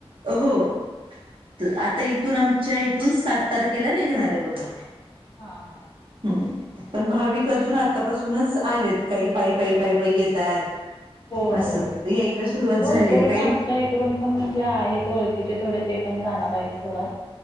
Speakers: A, on the right (about 55°); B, on the left (about 40°).
A: हो आता इथून आमच्या इथून सात तारखेला निघणार आहे बघा.
B: हा हा
A: हम्म पण भाविक अजून आतापासूनच आलेत, काही पायी पायी पायी पायी येतात
B: होय
A: असं
B: होय.
A: यायला सुरुवात झालीय,
B: हो इकडून
A: काही
B: आमच्या इकडून पण म्हणजे आहेत ओळखीचे थोडे ते पण जाणार आहेत सोडा.